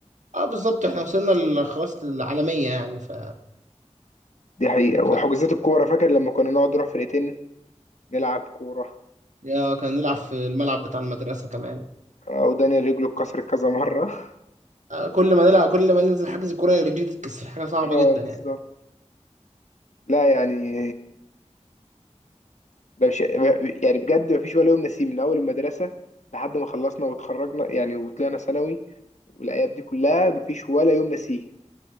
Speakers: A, on the right; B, on the left.
A: اه بالظبط احنا وصلنا ل- خلاص للعالمية يعني ف,
B: دي حقيقة
A: ف...
B: وحجوزات الكورة فاكر لما كنا نقعد نروح فرقتين نلعب كورة
A: آه كنا نلعب في الملعب بتاع المدرسة كمان
B: آه، ودانيال رجله اتكسرت كذا مرة <laughs>
A: آه كل ما نلعب كل ما ننزل حجز كورة رجلي تتكسر حاجة صعبة
B: اه
A: جدا
B: بالظبط
A: يعني
B: لا يعني ده مش يعني بجد مفيش ولا يوم نسيه من أول المدرسة لحد ما خلصنا واتخرجنا يعني وطلعنا ثانوي والأيام دي كلها مفيش ولا يوم نسيه